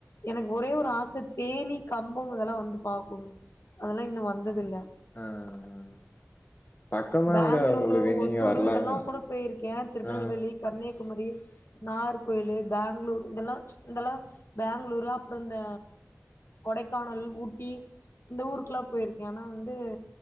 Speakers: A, on the left; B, on the left.
A: எனக்கு ஒரே ஒரு ஆசை தேனி கம்பம் இதெல்லாம் வந்து பார்க்கணும் அதெல்லாம் இன்னும் வந்ததில்ல
B: ஆஹ்ஹ்பக்கம் தானேக்கா
A: பேங்களூரு
B: உங்களுக்கு
A: ஒசூரு
B: நீங்க வரலாமே
A: இதெல்லா கூட போயிருக்கே திருநெல்வேலி
B: ஆ
A: கன்னியாகுமரி நாகர் கோயில் பெங்களூர் இதெல்லாம் இதெல்லாம் பெங்களூரு அப்புறம் இந்த கொடைக்கானல் ஊட்டி இந்த ஊருக்குல்லாம் போயிருக்கேன் ஆனா வந்து